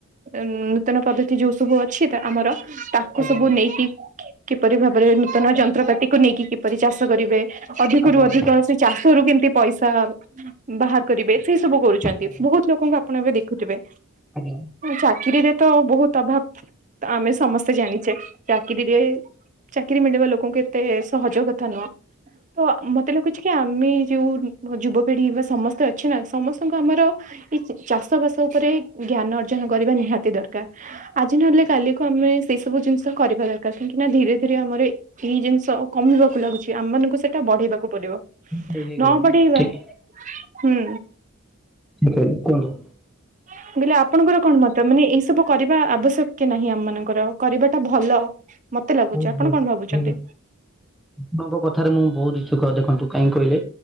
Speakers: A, on the right (about 35°); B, in the centre.
A: ଉଁ ନୂତନ ପଦ୍ଧତି ଯୋଉ ସବୁ ଅଛି ତ ଆମର ତାକୁ
B: ଆଜ୍ଞା
A: ସବୁ
B: ଆଜ୍ଞା
A: ନେଇକି କିପରି ଭାବରେ ନୂତନ ଯନ୍ତ୍ରପାତିକୁ ନେଇକି କିପରି ଚାଷ କରିବେ? ଅଧିକରୁୁ
B: ଆଜ୍ଞା ଆଜ୍ଞା
A: ଅଧିକ ସେଇ ଚାଷରୁ କେମତି ପଇସା ବାହାର କରିବେ, ସେ ଏଇ ସବୁ କରୁଛନ୍ତି
B: ଆଜ୍ଞା
A: ବହୁତ ଲୋକଙ୍କୁ ଆପଣ ଏବେ ଦେଖୁଥିବେ।
B: ଆଜ୍ଞା
A: ଚାକିରୀରେ ତ ବହୁତ ଅଭାବ ତ ଆମେ ସମସ୍ତେ ଜାଣିଛେ। ଚାକିରୀରେ ଚାକିରୀ ମିଳିବା ଲୋକଙ୍କୁ ଏତେ ସହଜ କଥା ନୁହଁ ତ ମ ମତେ ଲଖୁଛି କି ଆମେ ଯୋଉ ଯୁବପିଢି ବା ସମସ୍ତେ ଅଛି ନା ସମସ୍ତଙ୍କୁ ଆମର ଏଇ ଚାଷ ବାସ ଉପରେ ଜ୍ଞାନ ଅର୍ଜନ କରିବା ନିହାତି ଦରକାର। ଆଜି ନହେଲେ କାଲିକୁ ଆମେ ସେଇ ସବୁ ଜିନିଷ କରିବା ଦରକାର କାହିଁକି ନା ଧୀରେ ଧୀରେ ଆମର ଏଇ ଜିନିଷ କମିବାକୁ ଲାଗୁଛି ଆମ ମାନ କୁ ସେଟା ବଢେଇବାକୁ ପଡିବ
B: ଡେରି ହେଇଗଲାଣି
A: ନ ବଢେଇବା,
B: ଠିକ୍
A: ହୁଁ।
B: <inaudible> କୁହନ୍ତୁ।
A: ମୁଁ କହିଲି ଆପଣଙ୍କର କଣ ମତ ମାନେ ଏଇ ସବୁ କରିବା ଆବଶ୍ୟକ କି ନାହିଁ ଆମ ମାନଙ୍କର କରିବାଟା ଭଲ ମତେ ଲାଗୁଛି
B: ବହୁତ
A: ଆପଣ
B: ବହୁତ
A: କଣ ଭାବୁଛନ୍ତି
B: <inaudible> ଆପଣଙ୍କ କଥାରେ ମୁଁ ବହୁତ ଇଛୁକ ଦେଖନ୍ତୁ କାହିଁକି କହିଲେ